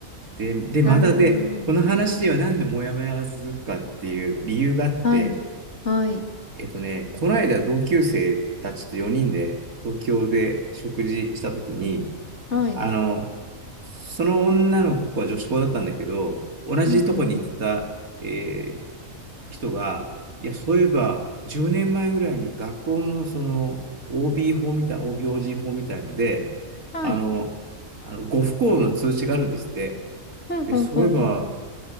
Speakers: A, on the right (about 85°); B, on the left (about 55°).
A: で、で、またで、
B: なるほど。
A: この話にはなんでもやもやが続くかっていう理由があって、
B: はい、はい、
A: えっとね、この間同級生たちと4人で東京で食事したときに、
B: はい。
A: あの、その女の子は女子校だったんだけど、同じとこに行ってた、
B: うんうんうん。
A: えー人が、いや、そういえば、10年前ぐらいに学校のその OB 法みたい、OB/OG 法みたいので、
B: はい。
A: あの、あの、ご不幸の通知があるんですって。
B: ほうほうほうほう。
A: で、そういえば、